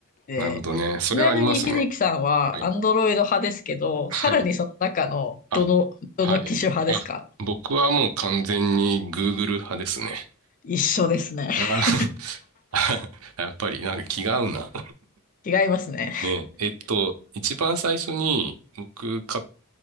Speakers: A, on the left; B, on the right.
A: で、
B: なるほどね。それはありますね。
A: ちなみに秀樹さんはアンドロイド派ですけど、
B: はい。はい。
A: さらにその中のどの、
B: あ、
A: どの機種派ですか
B: はい。あ、僕はもう完全に Google 派ですね。
A: 一緒ですね。
B: あ
A: <laughs>
B: あ <laughs> やっぱり、なんか気が合うな。
A: 違いますね。
B: ね。えっと、一番最初に僕買っ